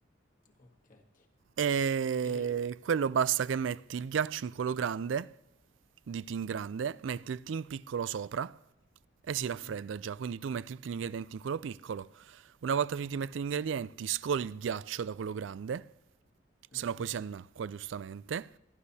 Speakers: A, on the left; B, on the right.
A: okay.
B: E
A: E
B: quello basta che metti il ghiaccio in quello grande, di tin grande, metti il tin piccolo sopra e si
A: Mh-mh.
B: raffredda già, quindi tu metti tutti gli ingredienti in quello piccolo. Una volta finiti di mettere gli ingredienti, scoli il ghiaccio da quello grande, se
A: Mh-mh,
B: no poi si annacqua giustamente.